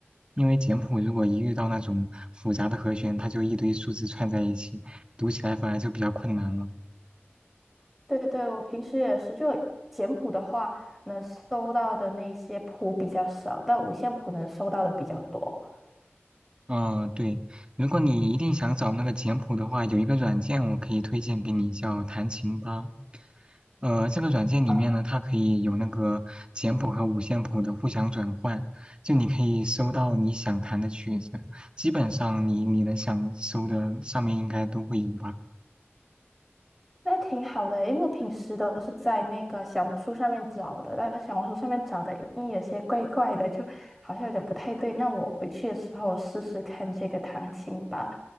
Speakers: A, on the right; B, in the centre.
A: 因为简谱如果一遇到那种复杂的和弦，它就一堆数字串在一起，读起来反而就比较困难了。
B: 对对，我平时也是，就简谱的话，能搜到的那些谱比较少，但五线谱能搜到的比较多。
A: 嗯，对，如果你一定想找那个简谱的话，有一个软件我可以推荐给你，叫弹琴吧。呃，这个软件里面呢，
B: 啊
A: 它可以有那个简谱和五线谱的互相转换，就你可以搜到你想弹的曲子，基本上你你能想搜的上面应该都会有吧。
B: 那挺好的欸因为我平时都是在那个小红书上面找的，但是小红书上面找的音有些怪怪的，就好像有点不太对。那我回去的时候试试看这个弹琴吧。